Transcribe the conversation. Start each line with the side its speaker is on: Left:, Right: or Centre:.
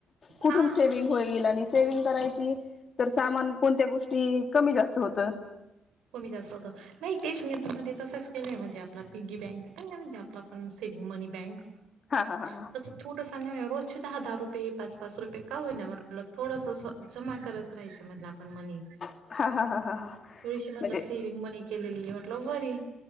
Left: कुठून
Right: हा
Left: सेविंग होईल आणि सेविंग करायची. तर सामान कोणत्या गोष्टी कमी जास्त होतं.
Right: कमी जास्त होतात. नाही तेच मी पण मध्ये तसंच केलंय. म्हणजे आपला पीगी बँक येत ना, म्हणजे आपलं आपण सेविंग मनी बँक <inaudible>
Left: हा हा हा ह,
Right: तसं छोटंस <unintelligible> रोजचे दहा दहा रुपये पाच पाच रुपये का होईना, म्हटलं थोडंसं असं जमा करत उतरायचं म्हणलं आपण मनी
Left: हा हा हा हा हा,
Right: थोडीशी म्हटलं
Left: म्हणजे
Right: सेविंग मनी केलीली म्हटलं बरी